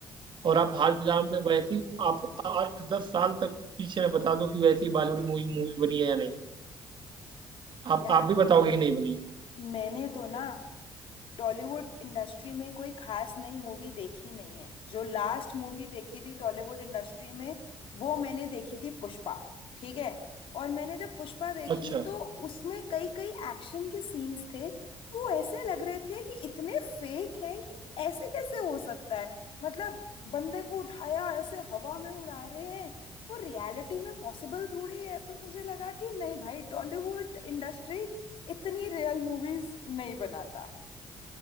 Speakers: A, on the right; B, on the left.
A: और आप हाल फिलहाल में वैसी आप आठ दस साल तक पीछे में बता दो कि वैसी बॉलीवुड मूवी मूवी बनी है या नहीं आप
B: यार
A: आप भी बताओगे कि नहीं बनी है
B: मैंने तो ना टॉलीवुड इंडस्ट्री में कोई खास नई मूवी देखी नहीं है जो लास्ट मूवी देखी थी टॉलीवुड इंडस्ट्री में वो मैंने देखी थी पुष्पा ठीक है और मैंने जब पुष्पा देखी
A: अच्छा
B: तो उसमें कई कई एक्शन के सीन्स थे वो ऐसे लग रहे थे कि इतने फेक हैं कि ऐसे कैसे हो सकता है मतलब बंदे को उठाया ऐसे हवा में उड़ा रहे हैं वो रियलिटी में पॉसिबल थोड़ी है तो मुझे लगा कि नहीं भाई टॉलीवुड इंडस्ट्री इतनी रियल मूवीज नहीं बनाता